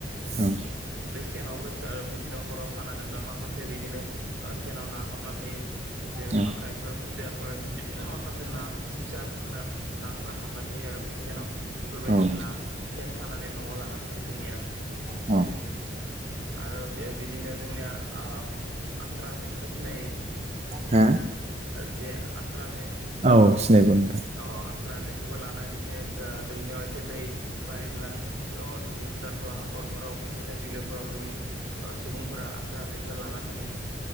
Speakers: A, on the right; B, on the right.
A: ओं।
B: बे सेनावबो सो ओ बिदिनो हराव साना दोनबा माखासे बिदिनो ओ सेनाव ना हाबना थायो। जेरै
A: औ
B: खांख्राइफोर खुसियाफोर बिदिनो माखासे ना फिसा फेनला नाफोरा हाबना थायो आ। आरो बे सेनाव बेफोरबायदिनो
A: औ नोंथां
B: ना सेन सानानै न'आव लाना फैयो जोंनिया।
A: औ।
B: आरो बे बिदिनो जोंनिया ओ आस्रा जेखौथ' सिनायो।
A: हा
B: जे आस्रा जे
A: औ सिनायगौ नोंथां
B: अ आस्रा जे। खौबो लाना बिदिनो दो दैमायाव एसे दै बारिब्ला अ दुब्लि फोथारफोराव हाख खरफोराव बिदिनो बिलोफोराव जोंनि ओ सुबुंफोरा आस्रा जेखौ लाना थाङो।